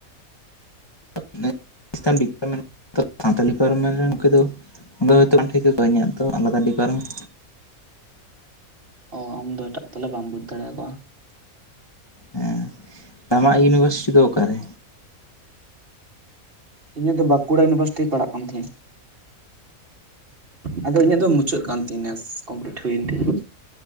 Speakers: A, on the left (about 20°); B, on the right (about 40°).
A: <unintelligible> ᱥᱟᱶᱛᱟᱞ ᱰᱤᱯᱟᱨᱴᱢᱮᱱᱴ ᱨᱮᱱ ᱩᱱᱠᱩ ᱫᱚ ᱦᱳᱭᱛᱳ ᱵᱟᱝ ᱴᱷᱤᱠ ᱟᱠᱚᱣᱟ ᱤᱧᱟᱹᱜ ᱫᱚ ᱟᱞᱟᱫᱟ ᱰᱤᱯᱟᱨᱴᱢᱮᱱᱴ
B: ᱚ ᱟᱢ ᱫᱚ ᱮᱴᱟᱜ ᱛᱟᱞᱮ ᱵᱟᱢ ᱵᱩᱡ ᱫᱟᱲᱮᱭᱟ ᱠᱚᱣᱟ᱾
A: ᱦᱮᱸ ᱛᱟᱢᱟ ᱤᱭᱩᱱᱤᱵᱷᱟᱨᱥᱤᱴᱤ ᱫᱚ ᱚᱠᱟᱨᱮ?
B: ᱤᱧᱟᱹᱜ ᱫᱚ ᱵᱟᱠᱩᱲᱟ ᱤᱭᱩᱱᱤᱵᱷᱟᱨᱥᱤᱴᱤ ᱯᱟᱲᱟᱜ ᱠᱟᱱ ᱛᱤᱧᱟᱹ᱾ ᱟᱫᱚ ᱤᱧᱟᱹᱜ ᱫᱚ ᱢᱩᱪᱟᱹᱫ ᱠᱟᱱ ᱛᱤᱧᱟᱥ ᱠᱚᱢᱯᱞᱤᱴ ᱦᱩᱭᱮᱱ ᱛᱤᱧᱟᱹ᱾